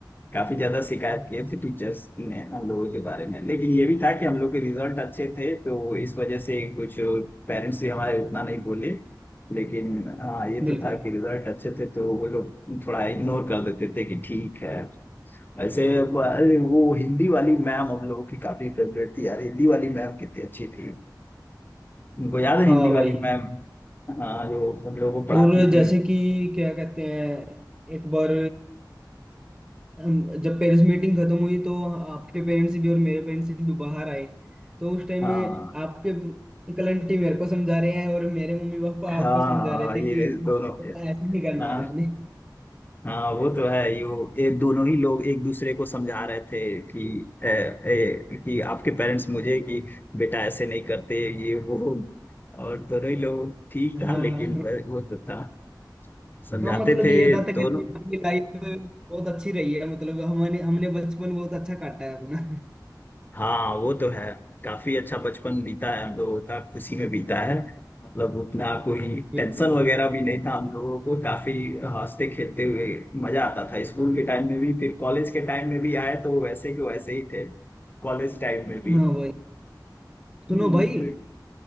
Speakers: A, on the left; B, on the right.
A: काफी ज्यादा शिकायत किए थे टीचर्स ने हम लोगों के बारे में लेकिन ये भी था कि हम लोग के रिजल्ट अच्छे थे तो इस वजह से कुछ पेरेंट्स भी हमारे उतना नहीं बोले लेकिन हाँ ये
B: बिल्कुल
A: तो था कि रिजल्ट अच्छे थे तो वो लोग थोड़ा इग्नोर कर देते थे कि ठीक है वैसे ब- अरे वो हिंदी वाली मैम हम लोगों की काफी फेवरेट थी यार हिंदी वाली मैम कितनी अच्छी थी उनको याद है
B: हाँ
A: हिंदी वाली
B: वही
A: मैम हाँ जो हम लोगों को पढ़ाती
B: और
A: थी
B: जैसे कि क्या कहते हैं एक बार हम जब पेरेंट्स मीटिंग खत्म हुई तो आपके पेरेंट्स भी और मेरे पेरेंट्स भी बाहर आए तो उस टाइम
A: हाँ
B: में आपके अंकल आंटी मेरे को समझा रहे हैं और मेरे मम्मी पापा
A: हाँ
B: आपको समझा
A: हाँ
B: रहे थे
A: ये
B: कि
A: दोनों
B: बेटा ऐसे नहीं करना
A: हाँ
B: आपने
A: हाँ वो तो है यो ये दोनों ही लोग एक दूसरे को समझा रहे थे कि ए, ए, कि आपके पेरेंट्स मुझे कि बेटा ऐसे नहीं करते ये वो और दोनों ही लोग ठीक था
B: हाँ
A: लेकिन
B: हाँ
A: वो तो था समझाते
B: हाँ मतलब
A: थे
B: ये था तकरीबन
A: दोनों
B: आपकी लाइफ बहुत अच्छी रही है मतलब हमने हमने बचपन बहुत अच्छा काटा है अपना
A: हाँ वो तो है काफी अच्छा बचपन बीता है हम लोगों का खुशी में बीता है मतलब उतना कोई
B: बिल्कुल
A: टेंशन वगैरह भी नहीं था हम लोगों को काफी हंसते खेलते हुए मजा आता था स्कूल के टाइम में भी फिर कॉलेज के टाइम में भी आए तो वैसे के वैसे ही थे कॉलेज टाइम में भी
B: हाँ भाई
A: हम्म,
B: सुनो भाई
A: फिर